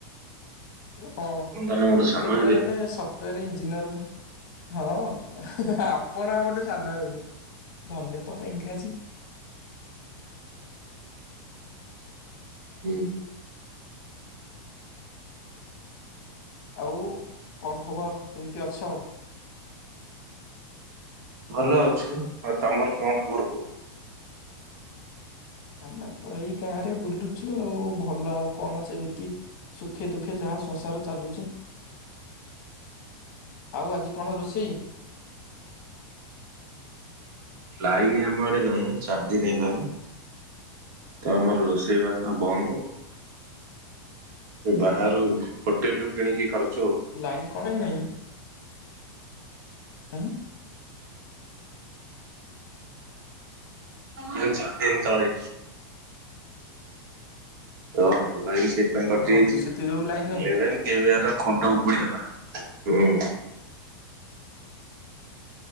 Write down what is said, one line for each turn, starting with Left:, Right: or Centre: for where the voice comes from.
Left: ହଁ
Right: ଆପଣ ତାହେଲେ ମୋଠୁ
Left: ତମେ
Right: ସାନ
Left: ତ ପୁରା
Right: ହେବେ?
Left: ଗୋଟେ ସଫ୍ଟୱୋର ଇଞ୍ଜିନିୟର ଭଳି ହଁ ଆପଣ ଆମରଠୁ ସାନ ହେବେ ଧନ୍ୟ ତମ ଇଂରାଜୀ <inaudible>
Right: ହୁଁ
Left: ଆଉ କଣ ଖବର କେମିତି ଅଛ।
Right: ଭଲ ଅଛୁ ଆଉ ତମର କଣ ଖବର କୁହ?
Left: ଆମେ ତ ଏଇ ଗାଁ ରେ ବୁଲୁଛୁ ଆଉ ଭଲ ଆଉ କଣ ସେମିତି ସୁଖେ ଦୁଃଖେ ଯାହା ସଂସାର ଚାଲୁଚି। ଆଉ ଆଜି କଣ ରୋଷେଇ
Right: ଲାଇନ ଆମ ଆଡେ ନାହିଁ ଚାରି ଦିନ ହେଲାଣି ତ ଆମର ରୋଷେଇ ବା ବନ୍ଦ ବାହାରୁ ହୋଟେଲ ରୁ କିଣିକି ଖାଉ
Left: ଲାଇନ୍ କଣାଇ ନାହିଁ। ହଁ
Right: ହ ଦିନ ତଳେ ଓହୋ ଲାଇନ୍ ସେଥିପାଇଁ କଟି
Left: ଓହୋ
Right: ଯାଇଛି
Left: ସେଥି ଯୋଗୁ ଲାଇନ ନାହିଁ
Right: କେ ଖୁଣ୍ଟ ଉପୁଡିଗଲା ହୁଁ